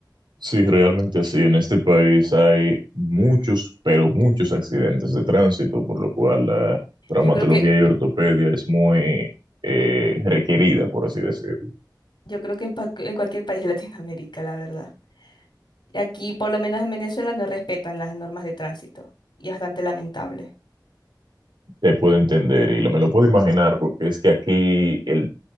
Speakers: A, on the right; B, on the left.
A: Sí, realmente así. En este país hay muchos, pero muchos accidentes de tránsito, por lo cual
B: Ujú.
A: la traumatología
B: Yo creo que,
A: y ortopedia es muy eh, requerida, por así decirlo.
B: yo creo que en, pa- en cualquier país de Latinoamérica, la verdad. Y Aquí, por lo menos en Venezuela, no respetan las normas de tránsito y es bastante lamentable.
A: Te puedo entender y lo, me lo puedo imaginar porque es que aquí el